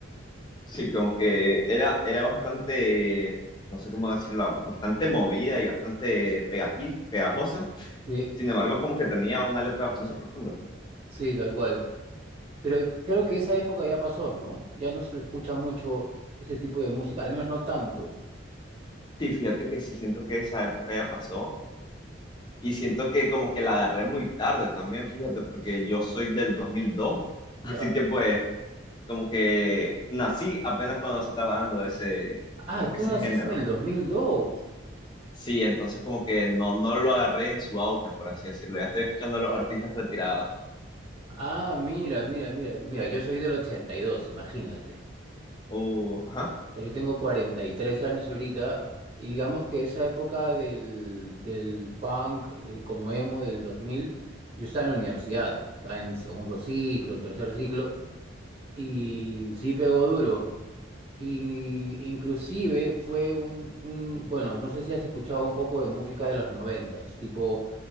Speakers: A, on the left; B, on the right.
A: Sí, como que era, era bastante, no sé cómo decirlo, bastante movida y bastante pegaji- pegajosa.
B: Sí,
A: Sin embargo, como que tenía una letra bastante profunda.
B: sí, tal cual. Pero creo que esa época ya pasó, ¿no? Ya no se escucha mucho ese tipo de música, al menos no tanto.
A: Sí, fíjate que sí siento que esa época ya pasó y siento que como que la agarré muy tarde también, fíjate, porque yo soy del 2002, <laughs>
B: Ya.
A: así que pues como que nací apenas cuando se estaba dando ese,
B: Ah,
A: como que
B: tú
A: ese
B: naciste
A: género.
B: en el dos mil dos
A: Sí, entonces como que no, no lo agarré en su auge, por así decirlo. Ya estoy escuchando a los artistas retirados.
B: Ah, mira, mira, mira. Mira, yo soy del 82, imagínate.
A: Uh, ajá.
B: O sea, yo tengo 43 años ahorita y digamos que esa época del, del punk eh, como emo del 2000 yo estaba en la universidad, estaba en segundo ciclo, tercer ciclo y sí pegó duro. Y inclusive fue un, un- bueno, no sé si has escuchado un poco de música de los noventas, tipo